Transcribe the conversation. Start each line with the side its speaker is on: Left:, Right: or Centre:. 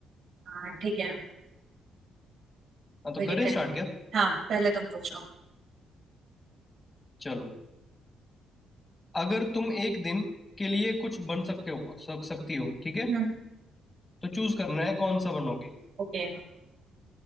Right: हाँ ठीक है
Left: हाँ तो
Right: कोई
Left: करें
Right: दिक्कत
Left: स्टार्ट
Right: नहीं
Left: क्या
Right: हाँ पहले तुम पूछो
Left: चलो अगर तुम एक दिन के लिए कुछ बन सकते हो सक सकती हो ठीक है
Right: हम्म,
Left: तो चूज करना है कौन सा बनोगी
Right: ओके